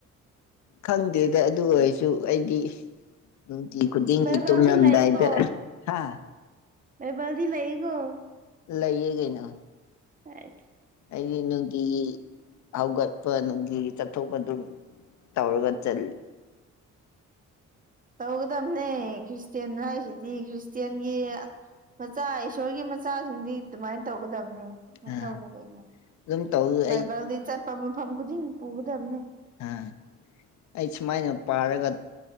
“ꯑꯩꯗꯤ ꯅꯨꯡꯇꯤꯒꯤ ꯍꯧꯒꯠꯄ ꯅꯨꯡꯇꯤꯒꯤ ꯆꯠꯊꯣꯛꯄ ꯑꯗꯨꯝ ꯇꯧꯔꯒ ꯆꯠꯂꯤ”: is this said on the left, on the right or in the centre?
Left